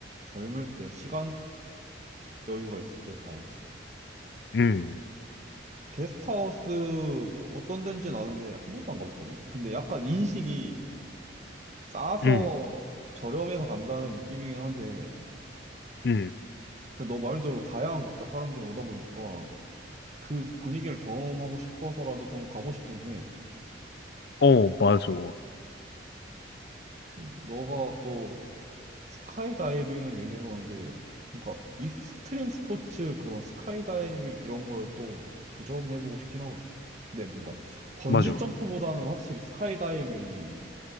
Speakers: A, on the right; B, on the left.
A: 젊을 때 시간 여유가 있을 때 가야지.
B: 음,
A: 게스트하우스 어떤 데인지는 아는데 한 번도 안 가봤거든? 근데 약간 인식이 싸서
B: 음,
A: 저렴해서 간다는 느낌이긴 한데,
B: 음.
A: 근데 너 말대로 다양한 국가 사람들이 오다 보니까 그 분위기를 경험하고 싶어서라도 좀 가고 싶긴 해.
B: 어, 맞아.
A: 너가 또 스카이다이빙을 얘기해서 그런데, 그러니까 익스트림 스포츠 그런 스카이다이빙 이런 걸 또 도전해보고 싶긴 하거든. 근데 뭔가 번지
B: 맞아.
A: 점프보다는 확실히 스카이다이빙이